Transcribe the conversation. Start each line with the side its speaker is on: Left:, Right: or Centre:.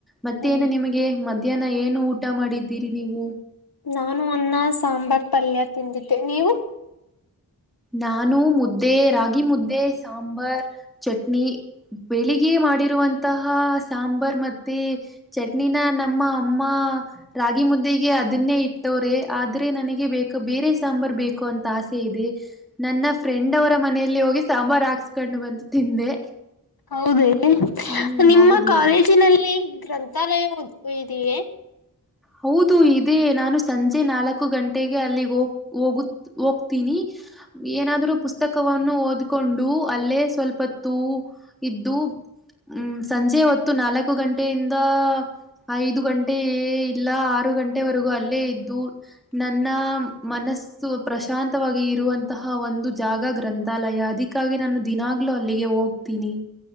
Centre: ಮತ್ತೇನು
Left: ಹ್ಮ್
Centre: ನಿಮಗೆ ಮ ಮಧ್ಯಾಹ್ನ ಏನು ಊಟ ಮಾಡಿದ್ದೀರಿ ನೀವು
Left: ನಾನು ಅನ್ನ ಸಾಂಬಾರ್ ಪಲ್ಯ ತಮ್ಮ ದಿತೆೆ ನೀವು
Centre: ನಾನು ಮುದ್ದೆ ರಾಗಿ ಮುದ್ದೆ ಸಾಂಬಾರ್ ಚಟ್ನಿ ಬೆಳಿಗ್ಗೆ ಮಾಡಿರುವಂತಹ ಸಾಂಬಾರ್ ಮತ್ತೆ ಚಟ್ನಿನ ನಮ್ಮ ಅಮ್ಮ ರಾಗಿ ಮುದ್ದೆಗೆ ಅದನ್ನೇ ಇಟ ಟ್ಟ್ರ ಆದ್ರೆ ನನಗೆ. ಗೆ ಬೇಕ ಬೇರೆ ಸಾಂಬಾರ್ು ಬೇಕು ಅಂತ ಆಸೆ ಇದೆ. ನನ್ನ ಫ್ರೆಂಡ್ ಅವರು. ಮನೆಯಲ್ಲಿ ಹೋಗಿ ಸಾಂಬಾರ ಹಾಕ್ಸ್ಕೊಂಡು ಬಂತ ತಿಂದೆ
Left: ಹೌದೇ
Centre: ಹ್ಮ್
Left: ನಿಮ್ಮ
Centre: ಹೌದು
Left: ಕಾಲೇಜಿನಲ್ಲಿ ಗ್ರಂಥಾಲಯ ಇದಿಯಾ ದಿಯೇ
Centre: ಹೌದು ಇದೇ ನಾನು ಸಂ ಸಂಜೆ ನಾಲ್ಕು ಗಂಟೆಗೆ ಅಲ್ಲಿ ಹೋಗ ಹೋಗತ್ ಹೋಗ್ತೀನಿ ಏನಾದ್ರೂ ಪುಸ್ತಕವನ್ನು ಓದ್ಕೊಂಡ್ ಅಲ್ಲೇ ಸ್ವಲ್ಪ ಹೊತ್ತು ಇದ್ದು ಹ್ಮ್ ಸಂಜೆ ಹೊತ್ತು ನಾಲ್ಕು ನಾಲ್ಕು ಗಂಟೆಯಿಂದ ಐದು ಗಂಟೆಯೇ ಎಲ್ರ ಆರು ಗಂಟೆವರೆಗೂ ಅಲ್ಲೇ ಇದ್ದು ನನ್ನ ಮನಸ್ಸು ಪ್ರಶಾಂತವಾಗಿ ಇರುವಂತಹ ಒಂದು ಜಾಗ ಗ್ರಂಥಾಲಯ ಅದಿಕ್ಕಾಗಿ ನಾನು ದಿನಗಲು ಅಲ್ಲಿಗೆ ಹೋಗ್ತೀನಿ